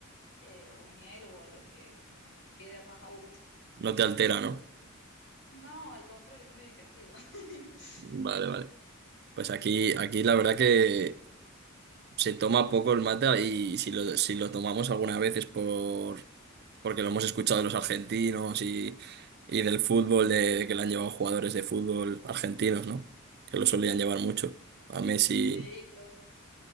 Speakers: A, on the left (about 60°); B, on the right (about 50°).
A: eh, o miel o lo que te quede más a gusto.
B: No te altera, ¿no?
A: No, al contrario, es muy digestivo. <laughs>
B: Vale, vale. Pues aquí, aquí la verdad que se toma poco el mate y si lo, si lo tomamos alguna vez es por porque lo hemos escuchado de los argentinos y, y del fútbol, de que lo han llevado jugadores de fútbol argentinos, ¿no? Que lo solían llevar mucho. A Messi,
A: Sí, claro.